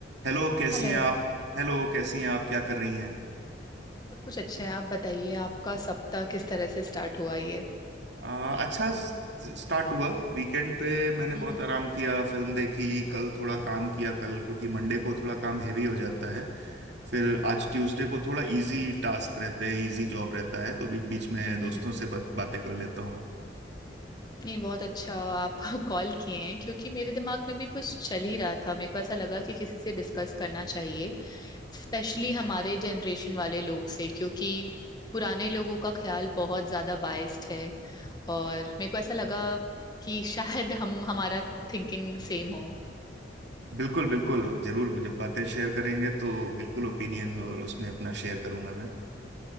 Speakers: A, on the right; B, on the left.
A: Hello कैसी
B: Hello
A: हैं आप हेलो कैसी हैं आप क्या कर रही हैं
B: सब कुछ अच्छा है आप बताइए आपका सप्ताह किस तरह से स्टार्ट हुआ ये
A: आ, अच्छा स- स्टार्ट हुआ वीकेंड पे मैंने
B: हम्म
A: बहुत आराम किया फिल्म देखी कल थोड़ा काम किया कल क्योंकि मंडे को थोड़ा काम हैवी हो जाता है फिर आज ट्यूसडे को थोड़ा इजी टास्क रहते हैं इजी जॉब रहता है तो बीच बीच में
B: हम्म
A: दोस्तों
B: हम्म।
A: से बात बातें कर लेता हूँ
B: नहीं बहुत अच्छा आप <laughs> कॉल किए हैं क्योंकि मेरे दिमाग में भी कुछ चल ही रहा था मेरे को ऐसा लगा कि किसी से डिस्कस करना चाहिए स्पेशली हमारे जनरेशन वाले लोग से क्योंकि पुराने लोगों का ख्याल बहुत ज्यादा बाइस्ड है और मेरे को ऐसा लगा कि शायद हम हमारा थिंकिंग सेम हो
A: बिल्कुल बिल्कुल जरूर जब बातें शेयर करेंगे तो बिल्कुल ओपिनियन और उसमें अपना शेयर करूंगा